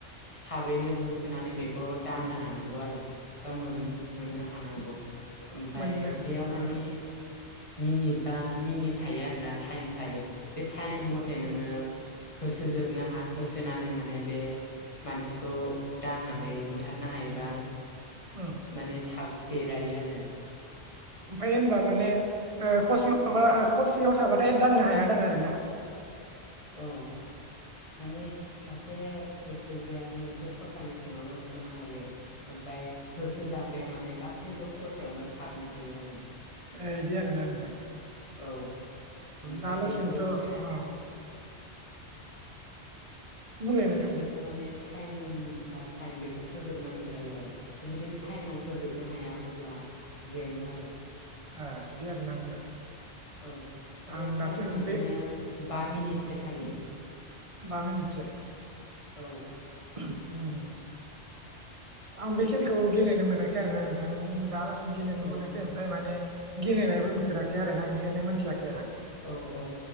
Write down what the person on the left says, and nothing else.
थाबैनो होसोनानै बेखौ दांनो हानांगौ आरो बा मोन मोननो हानांगौ ओमफाय
बेयाव माने
मिनिट बा मिनिट थायो आरोना थटाइम थायो बे टाइम मथे नोङो होसोजोबनो हा होसोनानै माने बे मानसिखौ दांनानै बुथारनो हायोबा
माने थाब देरहायो आरो।
औ। माने सासे होसोग्राया मोनसे खथानि सिङावल' होसोनो हायो। ओमफ्राय होसो जाग्राया माने गासैबो खथायावनो खारनो हायो आरो।
औ ओमफ्राय
बेखौ
था
बेखौ माने टाइम बा टाइम बेखौ फोजोबनांगौ जायो आरो जुदि टाइमाव फोजोबनो हाया अब्ला जेनो आरो।
औ माने
टाइमा
बिदिनो
बा मिनिटसो थायो।
औ।
औ
औ औ